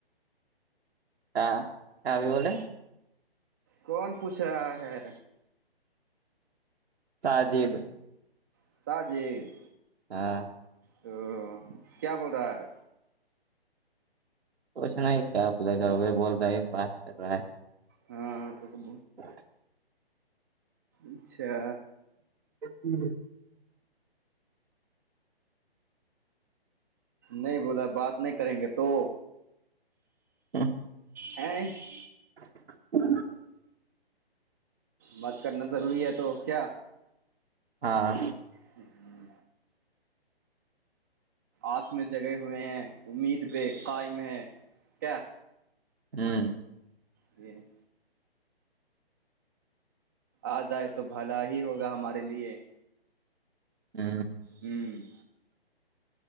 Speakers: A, on the right; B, on the right.
A: کیا کیا ابھی بولے
B: کون پوچھ رہا ہے
A: ساجد
B: ساجل
A: ہاں
B: تو کیا بول رہا ہے
A: پوچنا ہی کیا آپ لے جاؤے بول رہے ہیں بات کر رہا ہے
B: ہاں آ تو کب
A: ہ <inaudible>
B: اچھا
A: جی
B: نہیں بولا بات نہیں کریں گے تو
A: ہ <inaudible>
B: ا <inaudible>
A: ہ <inaudible>
B: مت کرنا ضروری ہے تو کیا
A: ہاں
B: ہ ہ آس میں جگے ہوئے ہیں امید پہ قائم ہیں کیا
A: ہوں
B: جین آ جائے تو بھلا ہی ہوگا ہمارے لیے
A: ا
B: ہوں